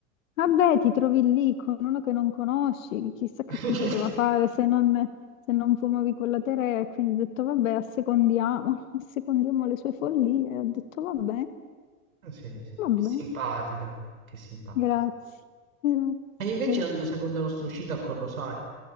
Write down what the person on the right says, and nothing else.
<laughs>
Ah, Sì, sì,
simpatica, che simpatica.
E invece
la seconda nostra uscita con Rosario.